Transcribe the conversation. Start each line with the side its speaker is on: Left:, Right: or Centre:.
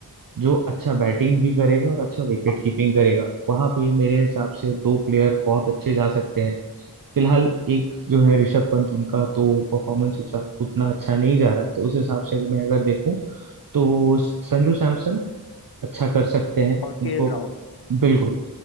Right: जो अच्छा बैटिंग भी करेगा और अच्छा विकेट
Left: हाँ
Right: कीपिंग करेगा वहां पे मेरे हिसाब से दो प्लेयर बहुत अच्छे जा सकते हैं फिलहाल एक जो है ऋषभ पंत उनका तो परफॉर्मेंस उतना अच्छा नहीं जा रहा है तो उस हिसाब से अगर मैं अगर देखूं तो संजू सैमसन अच्छा कर सकते हैं
Left: और केएल
Right: उनको
Left: राहुल
Right: बिल्कुल